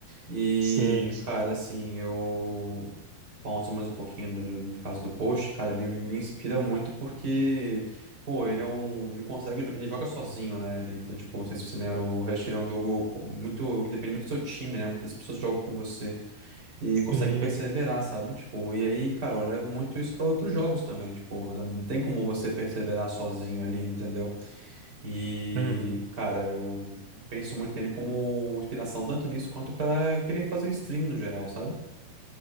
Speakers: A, on the right; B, on the right.
A: E,
B: Sim,
A: cara, assim, eu falando só mais um pouquinho no, no caso do Post, cara, ele me inspira muito porque, pô, ele é um. Ele consegue, ele joga sozinho, né? Ele, então, tipo, não sei se você lembra, o Rush ele é um jogo com- muito. que Depende muito do seu time, né? Muitas pessoas jogam com você e
B: sim.
A: consegue perseverar, sabe? Tipo, e aí, cara, eu levo muito isso para outros jogos também, tipo, não tem como você perseverar sozinho ali, entendeu? E,
B: Uhum.
A: cara, eu penso muito nele como inspiração, tanto nisso quanto para querer fazer stream no geral, sabe?